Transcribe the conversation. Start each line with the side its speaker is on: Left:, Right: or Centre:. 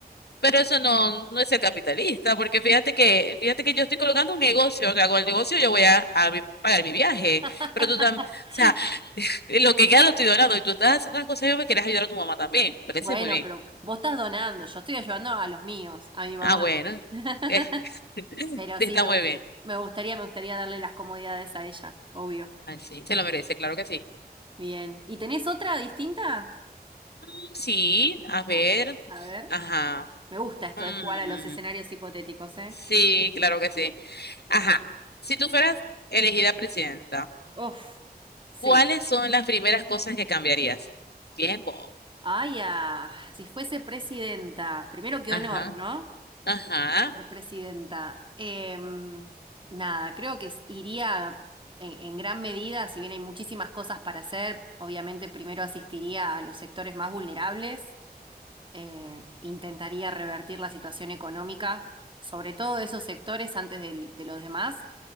Left: Pero eso no, no es ser capitalista, porque fíjate que, fíjate que yo estoy colocando un negocio, que hago el negocio, yo voy a, a vi- pagar mi viaje,
Right: <laughs>
Left: pero tú también, o sea, eh, lo que queda lo estoy donando y tú estás haciendo las cosas, y yo me quieres ayudar a tu mamá también, parece
Right: Bueno,
Left: muy bien.
Right: pero vos estás donando, yo estoy ayudando a los míos, a mi mamá.
Left: Ah, bueno,
Right: <laughs>
Left: eh, <laughs>
Right: Pero
Left: está
Right: sí, me,
Left: muy bien.
Right: me gustaría, me gustaría darle las comodidades a ella, obvio.
Left: Ay, sí, se lo merece, claro que sí.
Right: Bien. ¿Y tenés otra distinta?
Left: Mm, Sí, a ver,
Right: A, a ver.
Left: ajá.
Right: Me gusta esto
Left: mm,
Right: de jugar a los escenarios hipotéticos, ¿eh?
Left: sí, claro que sí. Ajá, si tú fueras elegida presidenta.
Right: Uf, sí.
Left: ¿Cuáles son las primeras cosas que cambiarías? Tiempo.
Right: Ay, ah, si fuese presidenta, primero qué
Left: Ajá,
Right: honor, ¿no?
Left: ajá.
Right: Ser presidenta. Em, nada, creo que s- iría en, en gran medida, si bien hay muchísimas cosas para hacer, obviamente primero asistiría a los sectores más vulnerables eh, intentaría revertir la situación económica, sobre todo de esos sectores antes del- de, los demás.